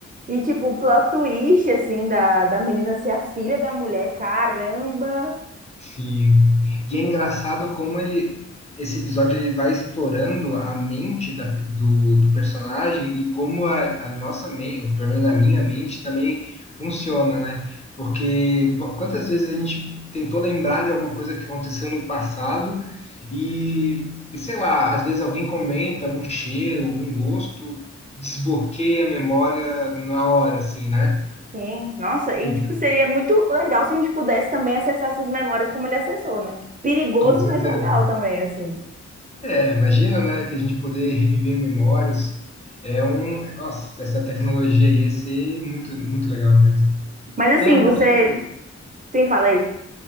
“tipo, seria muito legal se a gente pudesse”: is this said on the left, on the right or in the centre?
Right